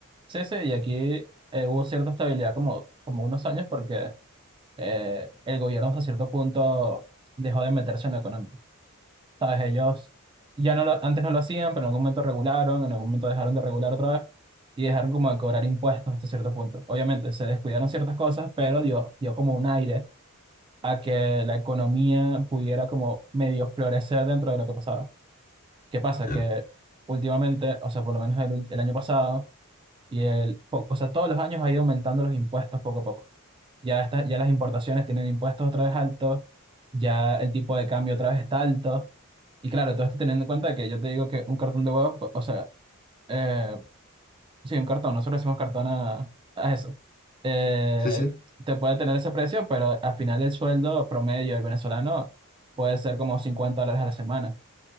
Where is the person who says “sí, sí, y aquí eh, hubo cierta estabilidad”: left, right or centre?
Right